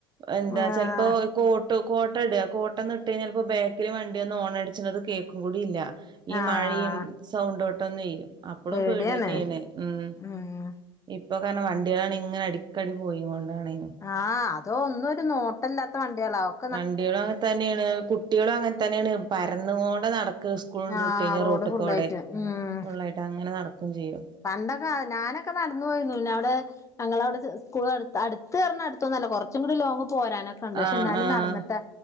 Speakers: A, on the right (about 35°); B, on the left (about 25°).
A: എന്താ
B: ആഹ്
A: ചെൽപ്പോ കോട്ടും കോട്ട ഇട കോട്ടന്ന് ഇട്ട് കഴിഞ്ഞാൽപ്പോ ബേക്കില് വണ്ടി വന്ന് ഓണട്ച്ണത് കേക്കും കൂടി ഇല്ല. ഈ
B: ആഹ്
A: മഴയും സൗണ്ടോട്ടൊന്നെ അപ്പഴും
B: പേടിയാണ്
A: പേടി തന്നെയാണ് ഉം
B: ഉം
A: ഇപ്പൊ കാരണം വണ്ടികളാണ് ഇങ്ങനെ അടിക്കടി പോയികൊണ്ടാണെന്നും
B: ആഹ് അതോ ഒന്നും ഒരു നോട്ടല്ലാത്ത വണ്ടിയാളാകും
A: വണ്ടിയാളും അങ്ങനെ തന്നെയാണ് കുട്ടിയാളും അങ്ങനെ തന്നെയാണ് പരന്നു കൊണ്ടാനടക്ക സ് സ്കൂൾണ്ട്
B: ആഹ്
A: വിട്ട് കഴിഞ്ഞാൽ
B: റോഡ്
A: റോട്ട്
B: ഫുള്ളായിട്ട്
A: കൂടെ
B: ഉം
A: ഫുള്ളായിട്ട് അങ്ങനെ നടക്കുകയും ചെയ്യും
B: പണ്ടൊക്കെ ഞാനൊക്കെ നട്ന്നു പോയിന്നു അവ്ടെ ഞങ്ങളവ്ടെ ജ് സ്കൂൾ അട്ത്ത് അടുത്തർഞ്ഞ അടുത്തൊന്നല്ല കൊർച്ചും കൂടി ലോങ് പോരാനാ <unintelligible>
A: ആഹ്
B: ന്നാലും
A: ആഹ്
B: നടന്നിട്ടാ